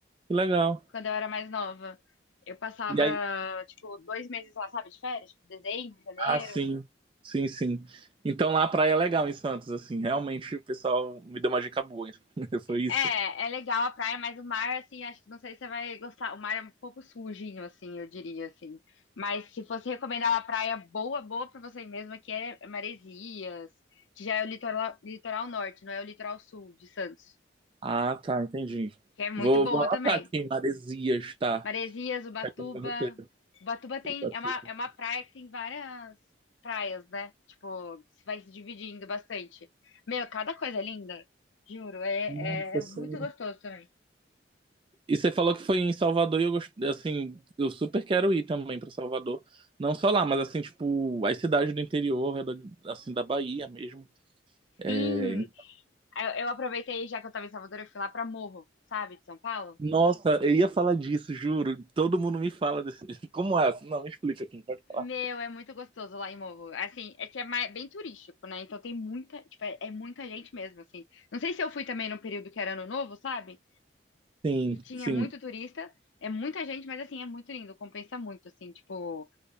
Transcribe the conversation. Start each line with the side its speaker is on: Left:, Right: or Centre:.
Right: que legal.
Left: quando eu era mais nova. Eu passava,
Right: E aí,
Left: tipo, dois meses lá, sabe, de férias? Tipo, dezembro, janeiro.
Right: ah, sim, sim, sim. Então lá a praia é legal em Santos, assim, realmente o pessoal me deu uma dica boa. <laughs> Foi isso.
Left: É, é legal a praia, mas o mar, assim, acho que não sei se você vai gostar. O mar é um pouco sujinho, assim, eu diria, assim. Mas se fosse recomendar uma praia boa, boa pra você mesmo, que é Maresias, que já é o litoral, litoral norte, não é o litoral sul de Santos,
Right: Ah, tá, entendi.
Left: que é muito
Right: Vou,
Left: boa
Right: vou anotar
Left: também.
Right: aqui, Maresias, tá?
Left: Maresias, Ubatuba.
Right: No meu roteiro,
Left: Ubatuba tem,
Right: tá
Left: é uma,
Right: tudo.
Left: é uma praia que tem várias praias, né? Tipo, vai se dividindo bastante. Meu, cada coisa é linda, juro, é,
Right: Nossa,
Left: é muito
Right: sério.
Left: gostoso também.
Right: E você falou que foi em Salvador e eu gost... assim, eu super quero ir também pra Salvador. Não só lá, mas assim, tipo, as cidades do interior, é da- assim, da Bahia mesmo. É,
Left: Sim,
Right: em-
Left: Eu, eu aproveitei, já que eu tava em Salvador, eu fui lá pra Morro, sabe, de São Paulo.
Right: Nossa, eu ia falar disso, juro. Todo mundo me fala desse. <laughs> Como é? Não, me explica, não pode falar.
Left: Meu, é muito gostoso lá em Morro. Assim, é que é mais- bem turístico, né? Então tem muita, tipo, é, é muita gente mesmo, assim. Não sei se eu fui também num período que era ano novo, sabe?
Right: Sim,
Left: E tinha
Right: sim.
Left: muito turista, é muita gente, mas assim, é muito lindo, compensa muito, assim, tipo,